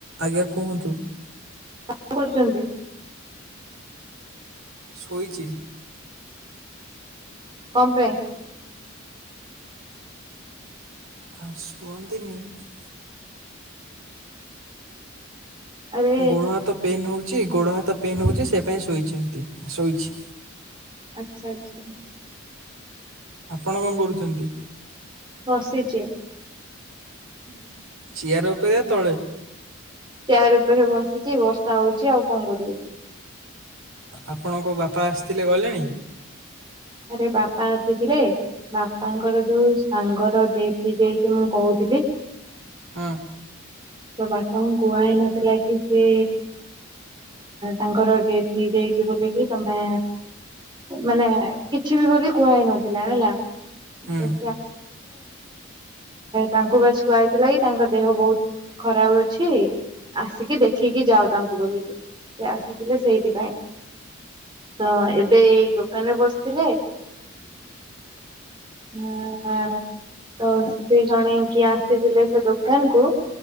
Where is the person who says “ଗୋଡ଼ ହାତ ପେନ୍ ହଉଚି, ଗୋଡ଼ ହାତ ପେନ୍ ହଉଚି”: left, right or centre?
Right